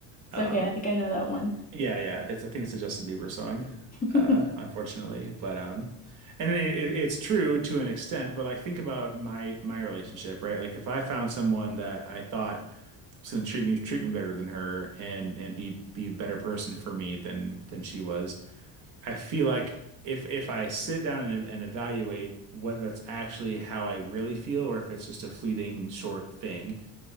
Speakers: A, on the left; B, on the right.
A: It's
B: Um,
A: okay. I think I know that one.
B: yeah, yeah. It's I think it's a Justin Bieber song,
A: <laughs>
B: uh, unfortunately. But um, and it, it, it's true to an extent. But like think about my my relationship, right? Like if I found someone that I thought was going to treat me treat me better than her and and be be a better person for me than than she was I feel like if if I sit down and, and evaluate whether that's actually how I really feel or if it's just a fleeting short thing,